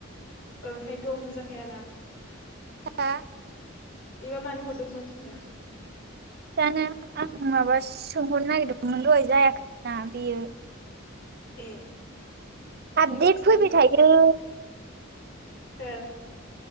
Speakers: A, on the left; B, on the right.
A: ओंखायनोथ' हमजा खायाना
B: हा
A: बेबा मानो हरदोंमोन होनबा?
B: जानो आं माबा सोंहरनो नागिरदोंमोन दहाय जायाखै ना बेयो।
A: ए दाहाय
B: आफदेट
A: हरफिनदो
B: फैबाय थायो।
A: है?